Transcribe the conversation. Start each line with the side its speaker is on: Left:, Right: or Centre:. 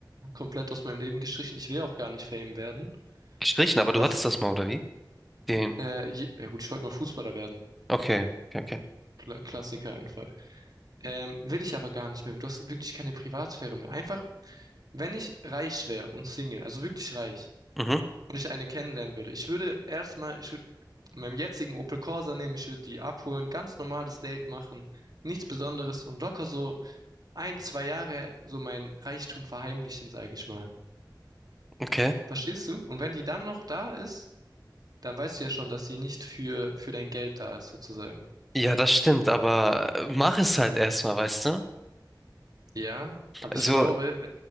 Right: komplett aus meinem Leben gestrichen. Ich will auch gar nicht Fame werden.
Centre: Gestrichen, aber
Right: Was,
Centre: du hattest das mal, oder wie? Den.
Right: äh, je, ja gut, ich wollte mal Fußballer werden.
Centre: Okay, okay, okay.
Right: Kla Klassiker einfach. Ähm, will ich aber gar nicht mehr. Du hast wirklich keine Privatsphäre mehr. Einfach, wenn ich reich wäre und Single, also wirklich reich,
Centre: Mhm,
Right: und ich eine kennenlernen würde, ich würde erstmal, ich würde meinem jetzigen Opel Corsa nehmen, ich würde die abholen, ganz normales Date machen, nichts Besonderes und locker so ein, zwei Jahre so mein Reichtum verheimlichen, sage ich mal.
Centre: okay.
Right: Verstehst du? Und wenn die dann noch da ist, dann weißt du ja schon, dass sie nicht für, für dein Geld da ist, sozusagen.
Centre: Ja, das stimmt, aber mach es halt erstmal, weißt du?
Right: Ja, aber ich
Centre: Also
Right: glaube, we-